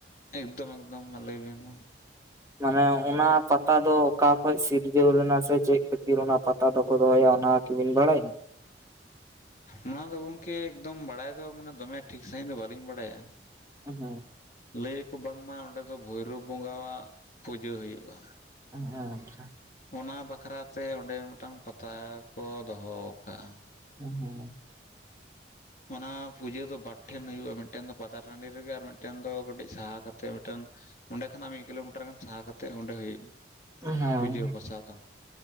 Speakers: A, on the left; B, on the right.
A: ᱮᱠᱫᱚᱢ ᱮᱠᱫᱚᱢ ᱢᱟ ᱞᱟᱹᱭ ᱵᱮᱱ ᱢᱟ
B: ᱢᱟᱱᱮ ᱚᱱᱟ ᱯᱟᱛᱟ ᱫᱚ ᱚᱠᱟ ᱠᱷᱚᱡ ᱥᱤᱨᱡᱟᱹᱣ ᱞᱮᱱᱟ ᱥᱮ ᱪᱮᱫ ᱠᱷᱟᱹᱛᱤᱨ ᱚᱱᱟ ᱯᱟᱛ ᱛᱟ ᱫᱚᱠᱚ ᱫᱚᱦᱚᱭᱟ ᱚᱱᱟ ᱠᱤᱵᱤᱱ ᱵᱟᱲᱟᱭᱟ?
A: ᱚᱱᱟ ᱫᱚ ᱜᱚᱝᱠᱮ ᱮᱠᱫᱚᱢ ᱵᱟᱲᱟᱭ ᱫᱚ ᱢᱟᱱᱮ ᱫᱚᱢᱮ ᱴᱷᱤᱠ ᱥᱟᱺᱦᱤᱡ ᱫᱚ ᱵᱟᱹᱞᱤᱧ ᱵᱟᱲᱟᱭᱟ ᱾
B: ᱦᱩᱜ ᱦᱩᱸ ᱾
A: ᱞᱟᱹᱭ ᱟᱠᱚ ᱵᱟᱝᱢᱟ ᱚᱸᱰᱮ ᱫᱚ ᱵᱷᱳᱭᱨᱳᱵ ᱵᱚᱸᱜᱟᱣᱟᱜ ᱯᱩᱡᱟᱹ ᱦᱩᱭᱩᱜᱼᱟ ᱾
B: ᱦᱮᱸ ᱟᱪᱪᱷᱟ ᱾
A: ᱚᱱᱟ ᱵᱟᱠᱷᱨᱟᱛᱮ ᱚᱸᱰᱮ ᱢᱤᱫᱴᱟᱝ ᱯᱟᱛᱟ ᱠᱚ ᱫᱚᱦᱚ ᱠᱟᱜᱼᱟ ᱾
B: <unintelligible>
A: ᱚᱱᱟ ᱯᱩᱡᱟᱹ ᱫᱚ ᱵᱟᱨ ᱴᱷᱮᱱ ᱦᱩᱭᱩᱜᱼᱟ ᱢᱤᱫᱴᱮᱱ ᱫᱚ ᱯᱟᱛᱟ ᱴᱟᱺᱰᱤ ᱨᱮᱜᱮ ᱟᱨ ᱢᱤᱫᱴᱮᱱ ᱫᱚ ᱠᱟᱹᱴᱤᱡ ᱥᱟᱦᱟ ᱠᱟᱛᱮᱫ ᱢᱤᱫᱴᱮᱱ ᱚᱸᱰᱮ ᱠᱷᱚᱱᱟᱜ ᱢᱤᱫ ᱠᱤᱞᱳᱢᱤᱴᱟᱨ ᱜᱟᱱ ᱥᱟᱦᱟ ᱠᱟᱛᱮᱜ ᱚᱸᱰᱮ ᱦᱩᱭᱩᱜᱼᱟ ᱾
B: ᱦᱮᱸ
A: ᱯᱩᱡᱟᱹ ᱯᱟᱥᱟ ᱫᱚ